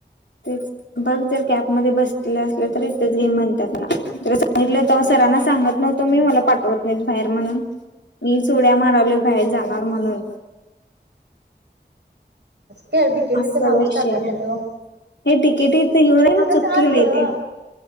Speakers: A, on the left (about 75°); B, on the right (about 70°).
A: तेच बघ जर कॅबमध्ये बसलेलं असलं तर इथेच घे म्हणतात मला. ना सांगितलं ते सरांना सांगत <unintelligible> तुम्ही मला पाठवत नाहीत बाहेर म्हणून. मी उड्या मारालो
B: हम्म
A: बाहेर जाणार म्हणून.
B: क्याडिकेतिचं
A: असं
B: नावच
A: विषय
B: टाकायचं
A: आहे
B: नाही मग.
A: हे डिकेटी येेऊन आहे ना
B: अगं
A: चुक
B: सांग
A: केले
B: ग
A: तेे.